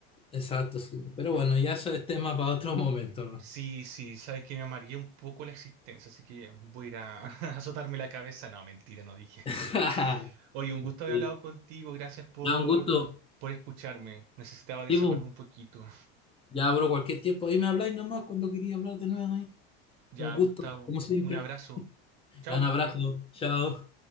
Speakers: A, on the left; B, on the right.
A: exacto, sí. Pero bueno, ya eso es tema para otro momento, ¿no?
B: Sí, sí, sabes que me amargué un poco la existencia, así que voy a ir a <laughs> azotarme la cabeza. No, mentira, no dije
A: <laughs>
B: eso. Oye, un gusto haber
A: Sí.
B: hablado contigo, gracias por,
A: Ya, un gusto.
B: por escucharme. Necesitaba desahogarme
A: Sí, bu.
B: un poquito.
A: ya abro cualquier tiempo. Ahí me habláis nomás cuando quería hablar de nuevo ahí.
B: Ya,
A: Un gusto,
B: Gustavo,
A: como siempre.
B: un abrazo. Chao.
A: Ya, un abrazo. Chao.